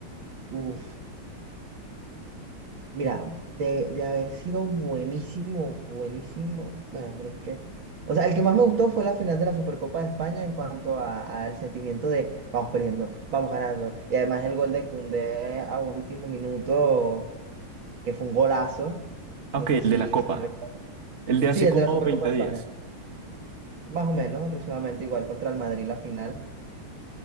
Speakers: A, on the right; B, on the right.
A: bueno, Mira, de, de haber sido buenísimo, buenísimo, bueno, pero es que, o sea, el que más me gustó fue la final de la Supercopa de España en cuanto a, al sentimiento de vamos perdiendo, vamos ganando, y además el gol de Koundé a último minuto, que fue un golazo,
B: Ah,
A: no
B: Ok,
A: sé si,
B: el de la Copa,
A: si recuerdas.
B: el de hace
A: Sí, el
B: como
A: de la Supercopa
B: 20
A: de
B: días.
A: España, más o menos, aproximadamente igual contra el Madrid la final,